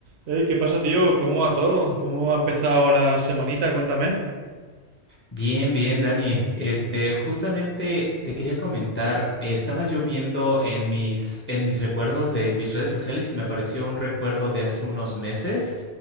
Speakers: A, on the right; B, on the left.
A: Ey, ¿qué pasa, tío? ¿Cómo va todo? ¿Cómo ha empezado la semanita? Cuéntame.
B: Bien, bien, Dani. Este, justamente te quería comentar, estaba yo viendo en mis, en mis recuerdos de mis redes sociales y me apareció un recuerdo de hace unos meses,